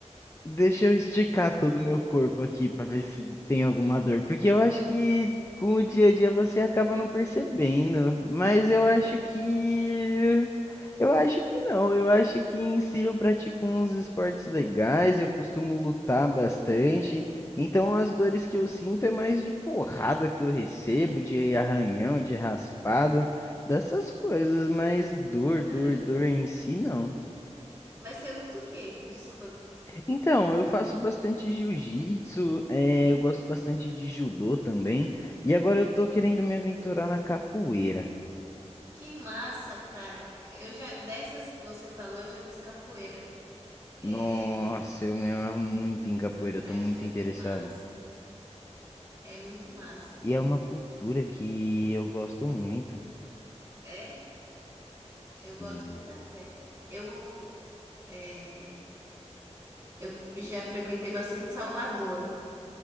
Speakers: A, on the left; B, on the right.
A: Deixa eu esticar todo o meu corpo aqui pra ver se tem alguma dor, porque eu acho que com o dia a dia você acaba não percebendo, mas eu acho que eu acho que não, eu acho que em si eu pratico uns esportes legais, eu costumo lutar bastante, então as dores que eu sinto é mais de porrada que eu recebo, de arranhão, de raspado, dessas coisas, mas dor, dor,
B: Caramba.
A: dor em si não.
B: Mas você luta o quê? Desculpa.
A: Então, eu faço bastante jiu-jitsu, eh, eu gosto bastante de judô também, e agora eu tô querendo me aventurar na capoeira.
B: Que massa, cara. Eu já, dessas que você falou, eu já fiz capoeira.
A: Nossa,
B: É
A: eu me amo muito em capoeira,
B: uma prática
A: eu tô muito interessado.
B: bem massa. É muito massa.
A: E é uma cultura que eu gosto muito.
B: É,
A: Sim.
B: eu boto muita fé. Eu, é, eu já frequentei bastante Salvador.